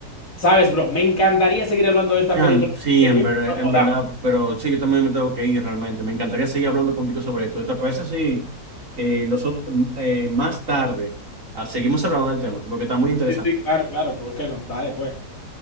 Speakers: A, on the left; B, on the right.
A: Sabes, bro, me encantaría seguir hablando de esta
B: Yan,
A: película,
B: Sí,
A: que
B: en
A: nunca
B: verdad,
A: la podamos.
B: en verdad, pero sí, yo también me tengo que ir realmente. Me encantaría seguir hablando contigo sobre esto. ¿Te parece si eh, nosotros, eh, más tarde ah, seguimos hablando del tema? Porque está muy interesante.
A: Sí, sí, claro, claro, ¿por qué no? Dale, pues.